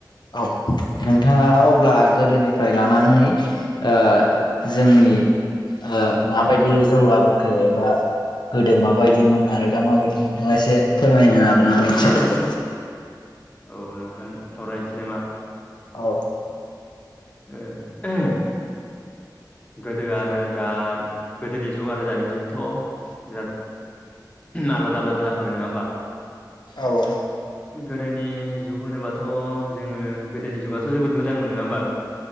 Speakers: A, on the left; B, on the left.
A: औ नोंथाङा अब्ला गोदोनि फ्राय लानानै ओ जोंनि ओ माबादि
B: औ
A: जौगाबो खो बा गोदो माबायदिमोन आरो दा माबायदिमोन नोंथाङा एसे फोरमायनो हागोन नामा एसे
B: औ‌ नोंथां सावरायनोसै नामा
A: औ
B: ओ‌ ओ गोदो आरो दा गोदोनि जुग आरो दानि जुगाथ' बिराद आलादा आलादा जाखाबाय नङा ओमबा
A: औ औ
B: गोदोनि जुग होनोबाथ' जोङो गोदोनि जुगाथ' जोबोद मोजांमोन नोङा होमबा